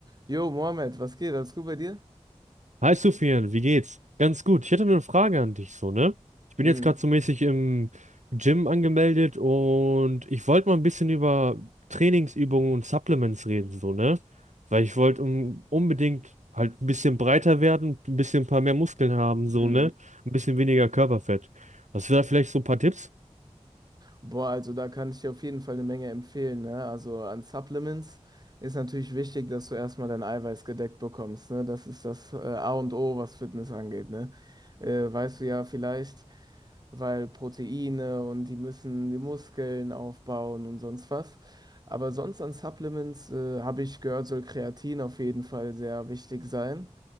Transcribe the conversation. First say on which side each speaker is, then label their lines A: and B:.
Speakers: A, on the right; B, on the right.
A: Jo, Mohammed, was geht? Alles gut bei dir?
B: Hi Sufian, wie geht's? Ganz gut. Ich hätte nur eine Frage an dich, so, ne? Ich bin
A: Mhm.
B: jetzt gerade so mäßig im Gym angemeldet und ich wollte mal ein bisschen über Trainingsübungen und Supplements reden, so, ne? Weil ich wollte un unbedingt halt ein bisschen breiter werden, ein bisschen ein paar mehr Muskeln haben, so,
A: Mhm.
B: ne? Ein bisschen weniger Körperfett. Hast du da vielleicht so ein paar Tipps?
A: Boah, also da kann ich dir auf jeden Fall eine Menge empfehlen, ne? Also an Supplements ist natürlich wichtig, dass du erstmal dein Eiweiß gedeckt bekommst, ne? Das ist das äh, A und O, was Fitness angeht, ne? Äh, weißt du ja vielleicht, weil Proteine und die müssen die Muskeln aufbauen und sonst was. Aber sonst an Supplements äh, habe ich gehört, soll Kreatin auf jeden Fall sehr wichtig sein.